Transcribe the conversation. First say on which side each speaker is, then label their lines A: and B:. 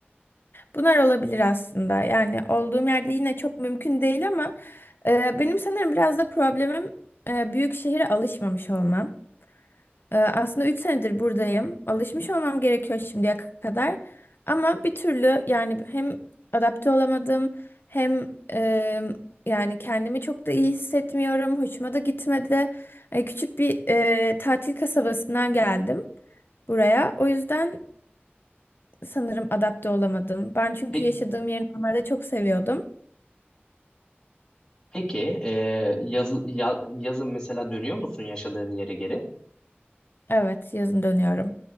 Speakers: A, on the left; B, on the left.
A: Bunlar olabilir aslında. Yani olduğum yerde yine çok mümkün değil ama e, benim sanırım biraz da problemim e, büyük şehire alışmamış olmam. Ee, Aslında 3 senedir buradayım. Alışmış olmam gerekiyor şimdiye kadar. Ama bir türlü yani hem adapte olamadım hem e, yani kendimi çok da iyi hissetmiyorum. Hoşuma da gitmedi. Ee, küçük bir e, tatil kasabasından geldim buraya. O yüzden sanırım adapte olamadım. Ben çünkü
B: Peki.
A: yaşadığım yeri normalde çok seviyordum.
B: Peki e, yazı- ya- yazın mesela dönüyor musun yaşadığın yere geri?
A: Evet, yazın dönüyorum.